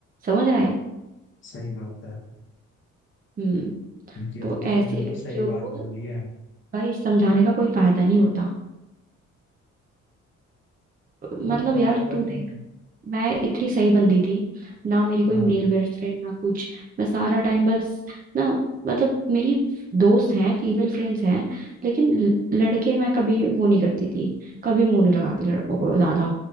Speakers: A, on the right; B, on the left.
A: समझ रहा है
B: सही बात है
A: हम्म
B: ये
A: तो
B: तो तूने
A: ऐसी
B: बिल्कुल
A: लड़कियों
B: सही
A: को
B: बात बोली है
A: भाई समझाने का कोई फायदा नहीं होता मतलब
B: वही तो
A: यार
B: यार अगर
A: तू देख
B: तुम
A: मैं इतनी सही बंदी थी ना मेरी कोई
B: हाँ
A: मेल बेस्ट फ्रेंड ना कुछ मैं सारा टाइम बस ना मतलब मेरी दोस्त हैं फीमेल फ्रेंड्स हैं लेकिन ल- लड़के मैं कभी वो नहीं करती थी कभी मुंह नहीं लगाती लड़कों को ज्यादा